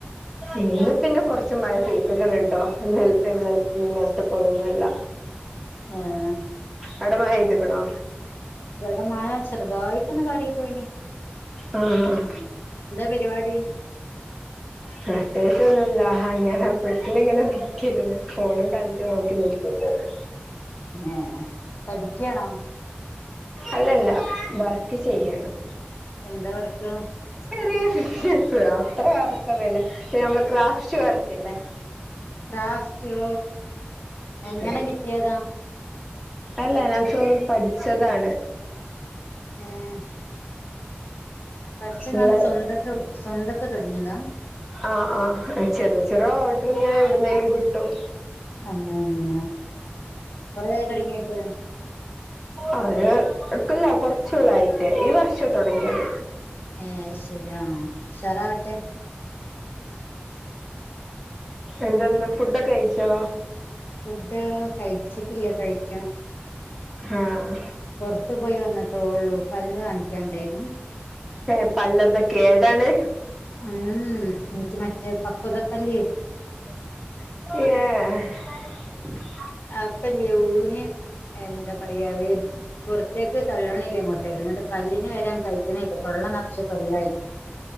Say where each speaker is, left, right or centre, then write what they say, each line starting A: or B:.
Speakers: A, in the centre; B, on the left.
A: ഇന്ന് പിന്നെ കൊറച്ച് മഴ പെയ്തുക്കേണ് കേട്ടോ ഇന്നലത്തെയും മിനിഞ്ഞാന്നത്തെയും. ഓന് ഒന്നുമല്ല.
B: ആഹ്
A: അവിടെ മഴ പെയ്തിക്കണോ?
B: ഇവിടെ മഴ ചെറുതായിട്ടൊന്ന് പറിപ്പോയിന്.
A: ആഹ് ആഹ്
B: പരിപാടി
A: കഷ്ടായി. ഇക്ക ഒന്നുമില്ല അങ്ങനെ വീട്ടില് ഇങ്ങനെ നിക്കായിരുന്നു. ഫോണും കളിച്ച് നോക്കി നിൽപ്പുണ്ട് ഇവിടെ.
B: ഏഹ് പഠിക്കാണോ?
A: അല്ലല്ല വർക്ക് ചെയ്യണം
B: എന്താ വർക്ക്
A: ചെറിയ. അത്ര വർക്ക് ഒന്നുമില്ല നമ്മള് ക്രാഫ്റ്റ് ക്രാഫ്റ്റ് വർക്ക് ഇല്ലേ.
B: ക്രാഫ്റ്റോ എങ്ങനെ
A: അതെ
B: കിട്ടിയതാ.
A: അല്ല ഞാൻ ഇപ്പൊ പഠിച്ചതാണ്.
B: ആഹ് പഠിച്ചേങ്ങാണ്ട്
A: നിങ്ങളെ
B: സ്വന്തക്കെ സ്വന്തക്കെ തുടങ്ങിയതാ.
A: ആഹ് ആഹ് ചെറു ചെറു ഓർഡർ ഇങ്ങനെ എവിടുന്നേലും കിട്ടും.
B: അങ്ങനെ അങ്ങനെ കൊറായോ തുടങ്ങിയിട്ട്?
A: ഒരു ഇല്ല കുറച്ചു കൊല്ലമായിട്ട് ഈ വർഷവാ തുടങ്ങിയത്.
B: ഏഹ് ശരിയാ ഉഷാറാവട്ടെ.
A: എന്തെന്ത് ഫുഡൊക്കെ കഴിച്ചോ?
B: ഫുഡ് കഴിച്ചിട്ടില്ല കഴിക്കണം
A: ആഹ്
B: പോറത്തു പോയി വന്നട്ടോള്ളു പല്ല് കാണിക്കനുണ്ടേനു
A: ഏഹ് പല്ലെന്താ കേടാണ്
B: ഉം നിക്ക് മറ്റേ പക്കോദപ്പല്
A: ഏഹ്
B: അപ്പല്ലേ ഊന് എന്താ പറയാ വേര് പൊറെത്തേക്ക് തള്ളണില്ല അങ്ങോ ട്ടെ അങ്ങട്ട് പല്ലിന് വരാൻ കഴിയണില്ല തൊള്ള നെറച്ച് പല്ലായിട്ടും